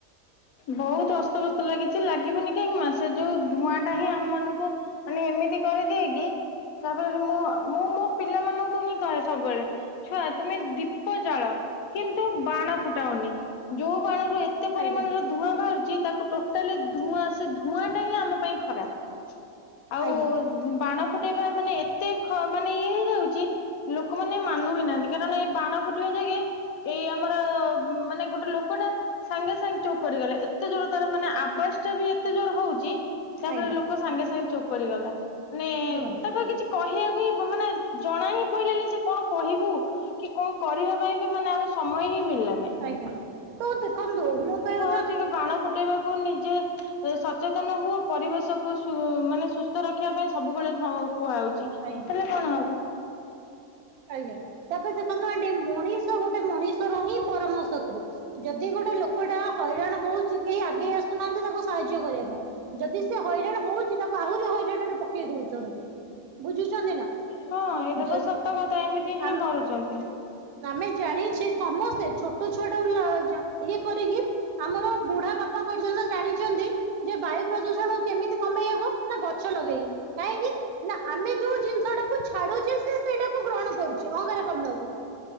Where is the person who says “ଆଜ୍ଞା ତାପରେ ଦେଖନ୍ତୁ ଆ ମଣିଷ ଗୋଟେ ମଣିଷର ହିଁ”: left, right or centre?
Right